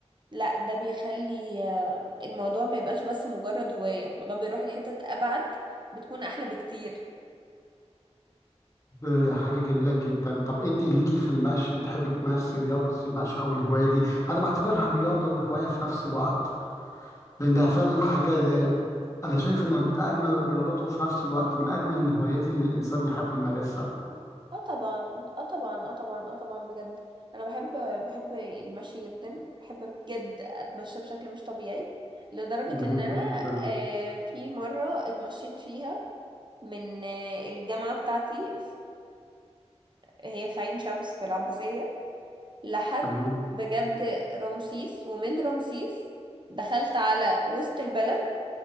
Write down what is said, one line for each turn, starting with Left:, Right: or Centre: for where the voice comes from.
Right: لا ده بيخلي آه، الموضوع ما يبقاش بس مجرد هواية الموضوع بيروح لحتت أبعد بتكون أحلى بكتير
Left: ب- حاجة جميلة جدا طب أنت ليكي في المشي بتحبي تمارسي رياضة المشي أو الهواية دي أنا بعتبرها رياضة وهواية في نفس الوقت لأنها فعلا حاجة زي أنا
Right: مم.
Left: شايف إنها من أجمل الرياضات وفي نفس الوقت من أجمل الهوايات اللي الإنسان يحب يمارسها
Right: اه طبعا اه طبعا اه طبعا اه طبعا بجد انا بحب بحب المشي جدا بحب بجد اتمشى بشكل مش طبيعي لدرجة
Left: جميل
Right: ان انا
Left: جدا
Right: آه، في مرة اتمشيت فيها من آه، الجامعة بتاعتي هي في عين شمس في العباسية لحد
Left: تمام
Right: بجد رمسيس ومن رمسيس دخلت على وسط البلد